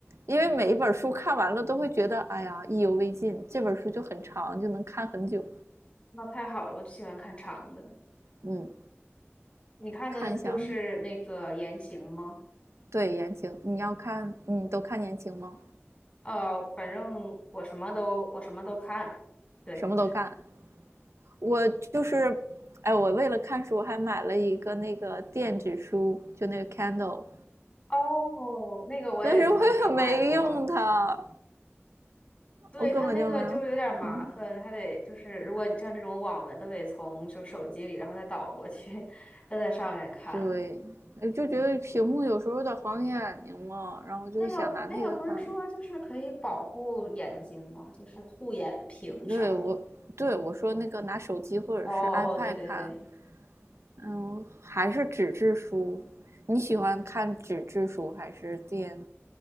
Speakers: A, on the right; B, on the left.
A: 因为每一本书看完了都会觉得哎呀意犹未尽，这本书就很长，就能看很久。
B: <laughs> 那太好了，我就喜欢看长的。
A: 嗯，
B: 你看的都是那个言情吗？
A: 看一下，对言情，你要看你都看言情吗？
B: 呃，反正我什么都我什么都看。对，
A: 什么都看，我就是，哎，我为了看书还买了一个那个电子书，就那个 Kindle，
B: 哦，那个我也曾经买过。
A: 但是我也没用它，
B: 对，
A: 我根本就没有，
B: 它那个就有点麻烦，
A: 嗯，
B: 还得就是如果你像这种网文都得从就手机里，然后再导过去，再在上面看。
A: 对，哎就觉得屏幕有时候有点晃眼睛嘛，然后就想拿那个看。
B: 那个那个不是说就是可以保护眼睛吗？就是护眼屏啥的。
A: 对我，对我说那个拿手机或者是
B: 哦哦，
A: iPad
B: 对对对，
A: 看，嗯，还是纸质书。你喜欢看纸质书还是电，